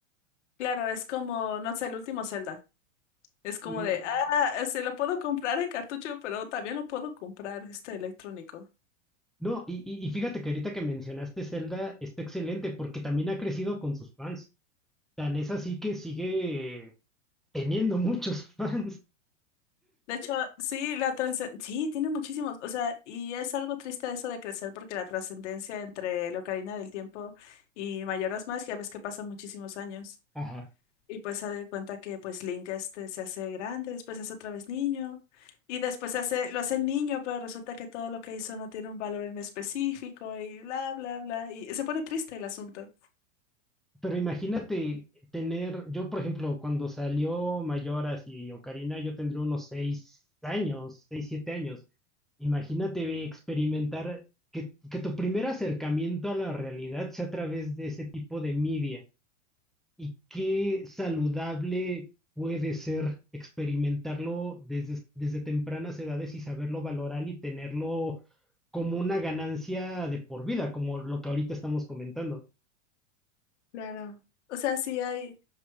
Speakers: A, on the left; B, in the centre.
A: claro, es como, no sé, el último Zelda. Es como
B: Mm,
A: de, ah, se lo puedo comprar en cartucho, pero también lo puedo comprar este electrónico.
B: No, y, y- y fíjate que ahorita que mencionaste Zelda está excelente porque también ha crecido con sus fans. Tan es así que sigue teniendo muchos <laughs> fans.
A: De hecho, sí, la trascendencia, sí, tiene muchísimos, o sea, y es algo triste eso de crecer porque la trascendencia entre la Ocarina del Tiempo y Mayoras más ya ves que pasan muchísimos años.
B: Ajá.
A: Y pues se da cuenta que pues Link este se hace grande, después se hace otra vez niño, y después se hace, lo hace niño, pero resulta que todo lo que hizo no tiene un valor en específico y bla, bla, bla, y se pone triste el asunto.
B: Pero imagínate tener, yo por ejemplo, cuando salió Mayoras y Ocarina, yo tendría unos seis años, seis, siete años. Imagínate experimentar que, que tu primer acercamiento a la realidad sea a través de ese tipo de media. Y qué saludable puede ser experimentarlo desde, desde tempranas edades y saberlo valorar y tenerlo como una ganancia de por vida, como lo que ahorita estamos comentando.
A: Claro. O sea, sí hay.